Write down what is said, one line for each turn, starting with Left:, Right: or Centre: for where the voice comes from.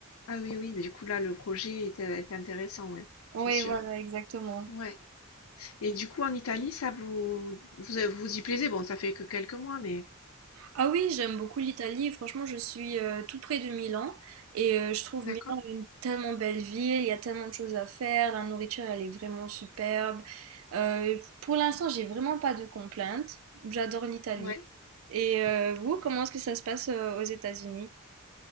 Left: Ah oui, oui, du coup, là, le projet est, heu, est intéressant, ouais,
Right: Oui,
Left: c'est sûr.
Right: voilà, exactement.
Left: Ouais et du coup, en Italie, ça vous vous vous y plaisez? Bon, ça fait que quelques mois, mais
Right: Ah oui, j'aime beaucoup l'Italie. Franchement, je suis euh, tout près de Milan et euh, je trouve
Left: d'accord.
Right: Milan une tellement belle ville. Il y a tellement de choses à faire. La nourriture, elle est vraiment superbe. Euh, pour l'instant, j'ai vraiment pas de complaintes. J'adore l'Italie.
Left: Ouais.
Right: Et euh, vous, comment est-ce que ça se passe euh, aux États-Unis?